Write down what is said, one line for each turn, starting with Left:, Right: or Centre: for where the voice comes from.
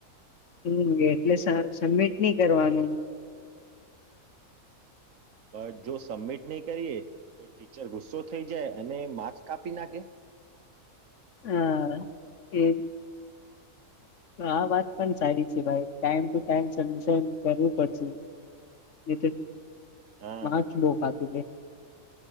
Left: હમ એટલે સબમિટ નહી કરવાનું.
Right: પણ જો સબમિટ નહી કરીએ તો ટીચર ગુસ્સો થઈ જાય અને માર્ક કાપી નાખે.
Left: હા એ આ વાત પણ સારી છે ભાઈ ટાઈમ ટૂ ટાઈમ સબમિશન કરવું પડશે નહીં તો
Right: હા
Left: માચ બહુ ખતી છે.